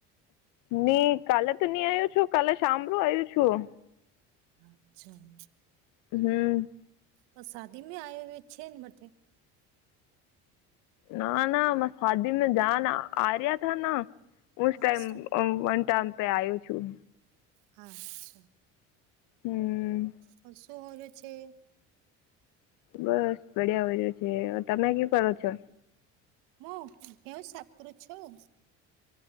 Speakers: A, on the left; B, on the right.
A: હી કાલે તો નહી આવ્યો છું કાલે સાંભળું આવ્યું છું.
B: અચ્છા.
A: હમ.
B: પણ શાદીમાં આવ્યા હોય છેને મ માટે.
A: ના ના મે શાદી મે જ ના આર્યા <unintelligible>
B: હા
A: તમે
B: સા
A: પણ આવું છું.
B: હા અચ્છા.
A: હમ.
B: હ શું હોય છે?
A: બસ બડિયા હોય રહ્યો છે તમે કુ કરો છો?
B: હું ઘઉ સાફ કરુ છું.